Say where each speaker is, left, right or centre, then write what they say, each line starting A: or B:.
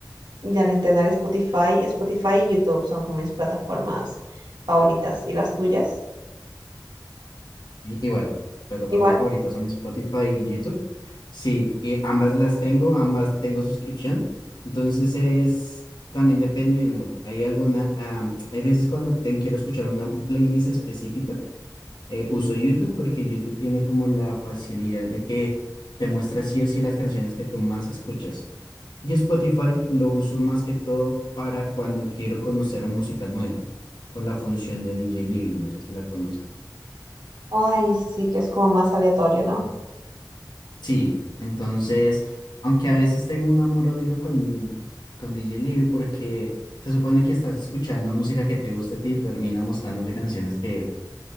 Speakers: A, on the right (about 85°); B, on the left (about 85°).
A: y al entrenar Spotify, Spotify y YouTube son como mis plataformas favoritas. ¿Y las tuyas?
B: I- Igual, mis plataformas
A: Igual.
B: favoritas son Spotify y YouTube. Sí, y ambas las tengo, ambas tengo suscripción. Entonces es, también depende del mood. Hay alguna, am, hay veces cuando te, quiero escuchar una playlist específica, eh, uso YouTube porque YouTube tiene como la facilidad de que te muestra sí o sí las canciones que tú más escuchas. Y Spotify lo uso más que todo para cuando quiero conocer música nueva, con la función de DJ Living, no sé si la conoces.
A: Ay, sí, que es como más aleatorio, ¿no?
B: Sí, entonces, aunque a veces tengo un amor-odio con, con D J Libby porque se supone que estás escuchando música que te gusta a ti y termina mostrándote canciones que,